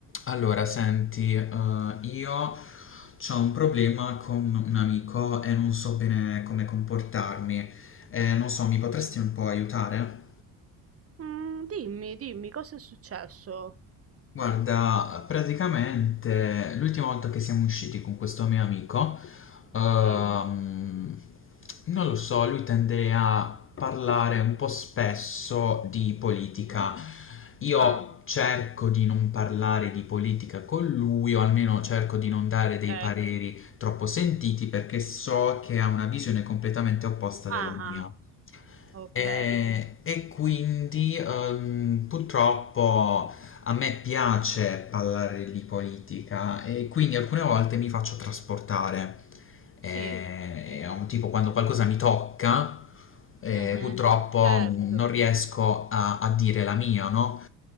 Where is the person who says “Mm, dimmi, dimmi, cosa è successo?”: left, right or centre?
Right